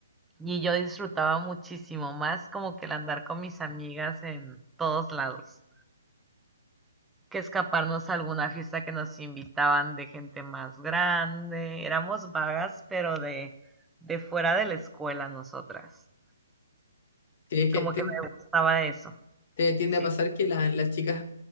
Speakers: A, in the centre; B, on the left.
A: y yo disfrutaba muchísimo más como que el andar con mis amigas en todos lados, que escaparnos a alguna fiesta que nos invitaban de gente más grande. Éramos vagas, pero de, de fuera de la escuela nosotras.
B: ¿Crees que
A: Como
B: te,
A: que me gustaba eso.
B: te tiende
A: Sí,
B: a pasar que la- las chicas